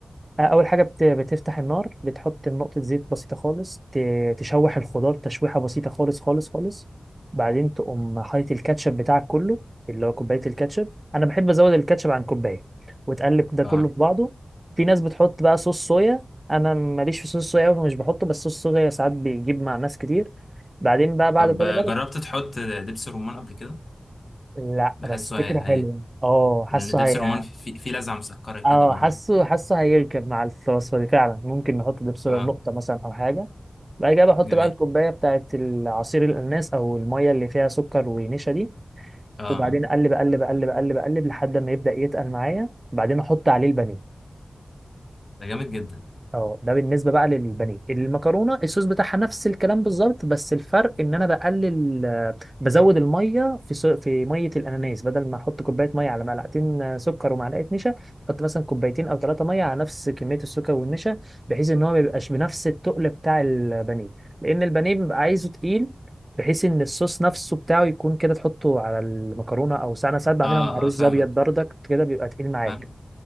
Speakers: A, on the right; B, on the left.
A: آه، اول حاجه بت- بتفتح النار بتحط نقطه زيت بسيطه خالص ت- تشوح الخضار تشويحه بسيطه خالص خالص خالص بعدين تقوم حاطط الكاتشب بتاعك كله اللي هو كوبايه الكاتشب انا بحب ازود الكاتشب عن كوبايه وتقلب ده
B: اه
A: كله في بعضه في ناس بتحط بقى صوص صويا انا ماليش في صوص صويا أوي فمش بحطه بس صوص صويا ساعات بيجيب مع ناس كتير بعدين بقى بعد
B: طب
A: كل
B: آه،
A: ده
B: جربت
A: بت...
B: تحط دبس رمان قبل كده
A: لا
B: بحسه
A: بس فكره
B: هي
A: حلوه
B: هي
A: اه حاسه
B: لان دبس
A: هي
B: الرمان فيه في لذعه مسكره كده
A: اه
B: برضو
A: حاسه حاسه هيركب مع الوصفه دي فعلا ممكن نحط ده بسرعه
B: اه
A: نقطه مثلا او حاجه بعد كده بحط
B: جميل
A: بقى الكوبايه بتاعت العصير الاناناس او الميه اللي فيها سكر ونشا دي
B: اه اه
A: وبعدين اقلب اقلب اقلب اقلب اقلب لحد ما يبدا يتقل معايا بعدين احط عليه البانيه
B: ده جامد جدا
A: اه ده بالنسبه بقى للبانيه المكرونه الصوص بتاعها نفس الكلام بالظبط بس الفرق ان انا بقلل آه، بزود الميه في سو... في ميه الاناناس بدل ما احط كوبايه ميه على معلقتين آه، سكر ومعلقه نشا احط مثلا كوبايتين او ثلاثه ميه على نفس كميه السكر والنشا بحيث ان هو ما يبقاش بنفس التقل بتاع البانيه لان البانيه بيبقى عايزه تقيل بحيث ان الصوص نفسه بتاعه يكون كده تحطه على المكرونه او ساعات انا ساعات بعملها
B: اه
A: مع رز
B: اه فاهمك
A: ابيض بردك كده بيبقى تقيل معاك
B: فاهمك